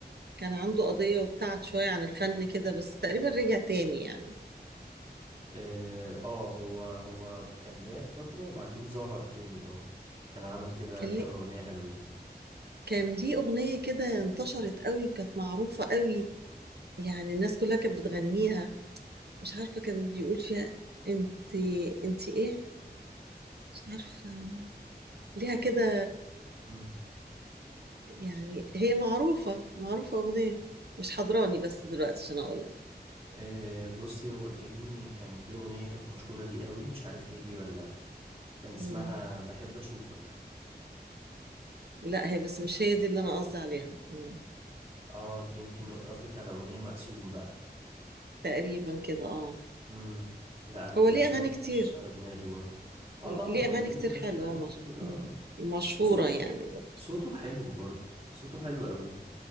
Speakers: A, on the right; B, on the right.
A: كان عنده قضيه وابتعد شويه عن الفن كده بس تقريبا رجع تاني يعني
B: اه آه، هو هو كان بعد فترة وبعدين ظهر تاني اه كان عامل كده
A: كان
B: كام
A: ليه
B: اغنية حلوين
A: كان ليه اغنيه كده انتشرت قوي كانت معروفه قوي يعني الناس كلها كانت بتغنيها مش عارفه كان بيقول فيها انت انت ايه مش عارفه ليها كده
B: اه
A: يعني هي معروفه معروفه اغنيه مش حضراني بس دلوقتي عشان اقول
B: أه بصي هو كريني كان في أغنية كانت مشهورة ليه قوي مش عارف هي دي ولا لأ كان اسمها
A: لك
B: بحب أشوفك
A: لا هي بس مش هي دي اللي انا قصدي عليها مم.
B: اه انت يمكن قصدك على أغنية مقسوم بقى
A: تقريبا كده اه
B: مم. لا أنا
A: هو
B: للأسف
A: ليه اغاني كتير
B: مش على دماغي برضه اه طبعا
A: ليه
B: هو
A: اغاني
B: كريني
A: كتير
B: منزل
A: حلوه
B: أغاني
A: ومش...
B: كتير
A: مم.
B: اه
A: مشهوره
B: وصوت
A: يعني برضه
B: صوته حلو برضه صوته حلو قوي